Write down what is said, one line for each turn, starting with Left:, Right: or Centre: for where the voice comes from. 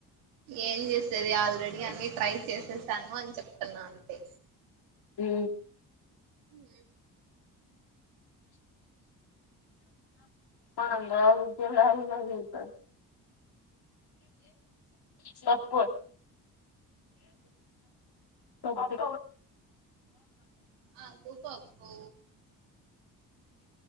Right: ఏం చేసేది ఆల్రెడీ అన్ని ట్రై చేసేసాను అని చెప్తున్నా అంటే
Left: హూ
Right: హు
Left: ఓనంగా ముగ్గురు లాగున్నది ఐతే స్లప్కో టబ్బి
Right: అది పబ్బు